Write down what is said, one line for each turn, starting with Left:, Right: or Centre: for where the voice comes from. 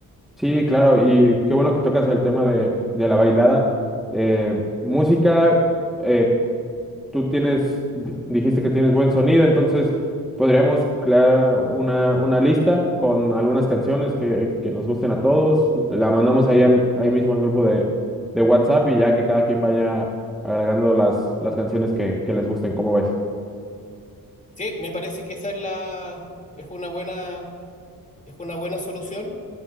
Centre: Sí, claro, y qué bueno que tocas el tema de, de la bailada. Eh, música, eh, tú tienes, di- dijiste que tienes buen sonido, entonces podríamos crear una, una lista con algunas canciones que, que nos gusten a todos. La mandamos ahí, a- ahí mismo al grupo de, de WhatsApp y ya que cada quien vaya agregando las, las canciones que, que les gusten, ¿cómo ves?
Left: Sí, me parece que esa es la, es una buena, es una buena solución.